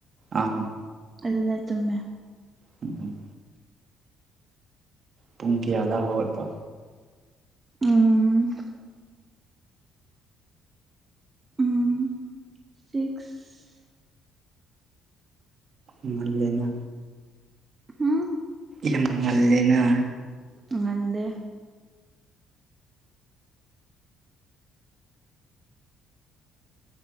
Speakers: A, on the right; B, on the right.
A: ꯑꯥ
B: ꯑꯗꯨꯗ ꯇꯨꯝꯃꯦ
A: ꯎꯝ ꯎꯝ ꯄꯨꯡ ꯀꯤꯌꯥꯗ ꯍꯧꯒꯠꯄ
B: ꯎꯝ ꯎꯝ ꯁꯤꯛꯁ
A: ꯉꯜꯂꯦꯅ
B: ꯎꯝ
A: ꯌꯥꯝ ꯉꯜꯂꯦꯅ
B: ꯉꯟꯗꯦ